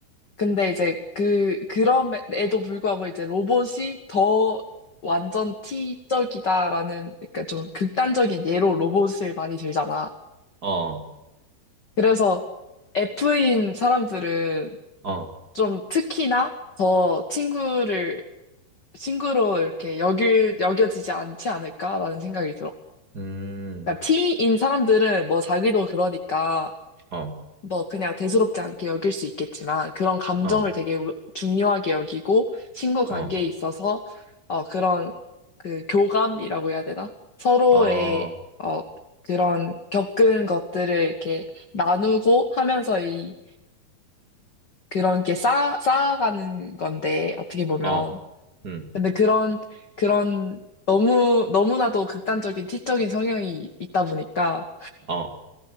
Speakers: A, on the left; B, on the right.
A: 근데 이제 그, 그럼에도 불구하고 이제 로봇이 더 완전 T적이다라는, 그러니까 좀 극단적인 예로 로봇을 많이 들잖아.
B: 어,
A: 그래서 F인 사람들은
B: 어,
A: 좀 특히나 더 친구를, 친구로 이렇게 여길, 여겨지지 않지 않을까라는 생각이 들어.
B: 음,
A: 그러니까 T인 사람들은 뭐 자기도 그러니까
B: 어,
A: 뭐 그냥 대수롭지 않게 여길 수 있겠지만 그런 감정을
B: 어,
A: 되게 우- 중요하게 여기고 친구 관계에
B: 어,
A: 있어서 어 그런 그 교감이라고 해야 되나? 서로의
B: 어,
A: 어 그런 겪은 것들을 이렇게 나누고 하면서 이 그런 게 쌓아 쌓아가는 건데 어떻게 보면
B: 어, 음,
A: 근데 그런 그런 너무 너무나도 극단적인 티적인 성향이 있다 보니까
B: 어,